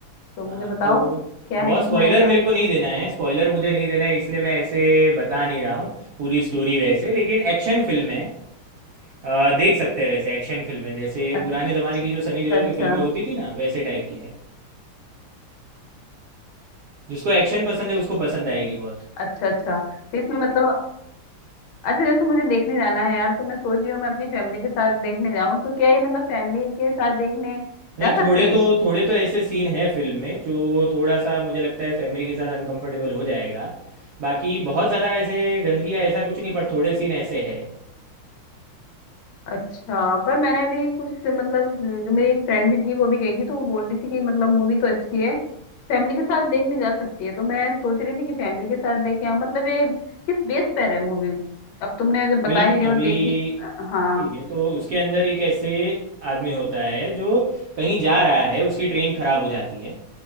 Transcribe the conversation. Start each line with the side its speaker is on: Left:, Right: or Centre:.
Left: तो मुझे
Right: हाँ
Left: बताओ
Right: तो
Left: क्या
Right: बहुत
Left: है इसमें
Right: स्पॉइलर
Left: ऐसा
Right: मेरे को नहीं देना है स्पॉइलर मुझे नहीं देना है इसलिए मैं ऐसे बता नहीं रहा हूँ पूरी स्टोरी वैसे लेकिन एक्शन फिल्म है अ, देख सकते हैं वैसे एक्शन फिल्म है जैसे
Left: अच्छा
Right: पुराने ज़माने की जो सनी देओल
Left: अच्छा
Right: की फिल्में होती थी ना वैसे टाइप की है जिसको एक्शन पसंद है उसको पसंद आएगी बहुत
Left: अच्छा अच्छा तो इसमें मतलब अच्छा जैसे मुझे देखने जाना है यार तो मैं सोच रही हूँ मैं अपनी फैमिली के साथ देखने जाऊँ तो क्या ये मतलब फैमिली के साथ देखने
Right: नहीं
Left: जा
Right: थोड़े
Left: सकते हैं
Right: तो थोड़े तो ऐसे सीन हैं फिल्म में जो थोड़ा सा मुझे लगता है फैमिली के साथ अनकंफर्टेबल हो जाएगा बाकी बहुत ज़्यादा ऐसे गंदगी या ऐसा कुछ नहीं पर थोड़े सीन ऐसे हैं
Left: अच्छा पर मैंने अभी कुछ मतलब जो मेरी एक फ्रेंड भी थी वो भी गई थी तो वो बोल रही थी कि मतलब मूवी तो अच्छी है फैमिली के साथ देखने जा सकती है तो मैं सोच रही थी कि फैमिली के साथ देखे आऊं मतलब ये किस बेस पर है मूवी अब तुमने जब बता
Right: फिल्म
Left: ही रहे
Right: अभी
Left: हो देखी हाँ
Right: ठीक है तो उसके अंदर एक ऐसे आदमी होता है जो कहीं जा रहा है उसकी ट्रेन खराब हो जाती है